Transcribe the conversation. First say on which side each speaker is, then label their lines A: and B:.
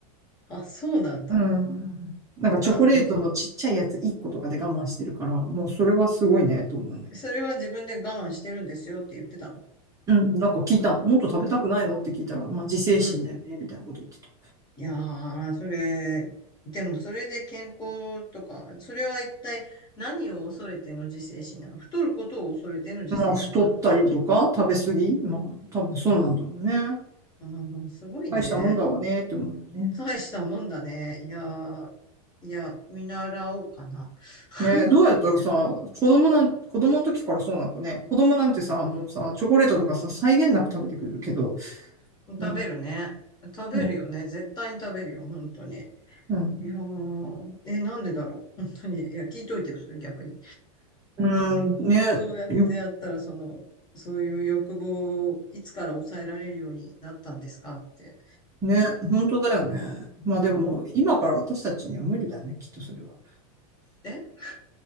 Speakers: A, on the left; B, on the right.
A: あ、そうなんだ。
B: うん。なんかチョコレートのちっちゃいやつ1個とかで我慢してるから、
A: な、うん。
B: もうそれはすごいね、と思うね。
A: それは自分で我慢してるんですよって言ってたの。
B: うん、なんか聞いたの。もっと食べたくないのって聞いたら、まあ自制心だよね、
A: うん。
B: みたいなこと言ってた。
A: いやー、それ、でもそれで健康とか、それは一体何を恐れての自制心なの太ることを恐れての自制心なの
B: まあ太ったりとか食べ過ぎまあ多分そうなんだろうね。
A: うん、すごいね。
B: 大したもんだわね、って思うよね。
A: 大したもんだね。いやー、いや、見習おうかな。<laughs>
B: ねえ、どうやったらさ、子供なん、子供の時からそうなのかね。子供なんてさ、もうさ、チョコレートとかさ、際限なく食べてくるけど、
A: 食べるね。
B: ね、
A: 食べるよね。
B: うん、
A: 絶対に食べるよ、本当に。
B: うん、
A: いやー、え、なんでだろう。本当に。いや、聞いといてよ、それ逆に。
B: うんね、
A: どうやってやったら、
B: よ、
A: その、そういう欲望をいつから抑えられるようになったんですかって。
B: ね、本当だよね。まあでも、
A: うん。
B: 今から私たちには無理だね、きっとそれは。
A: え